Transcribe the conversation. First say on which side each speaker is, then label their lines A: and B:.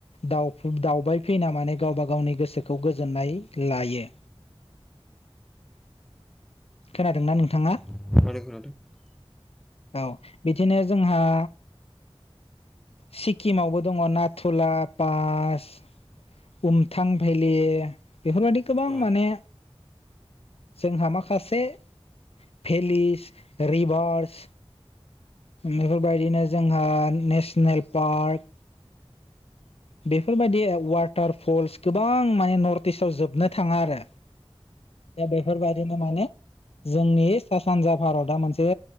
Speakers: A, on the left (about 70°); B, in the centre.
A: दाउ दावबाय फैना माने गावबा गावनि गोसोखौ गोजोननाय लायो। खोनादोंना नोंथाङा?
B: <inaudible>
A: औ बिदिनो जोंहा सिक्किमावबो दङ नाथुला पास उमथां भैलि बेफोरबायाददि गोबां
B: औ
A: माने जोंहा माखासे भेलिस रिभार्स बेफोरबायदिनो जोंहा नेसनेल पार्क
B: <inaudible>
A: बेफोर बायदि अ'वाटार फल्स गोबां माने नर दिसाव जोबनो थाङा आरो। दा बेफोर बादिनो माने जोंनि सा सानजा भारतआ मोनसे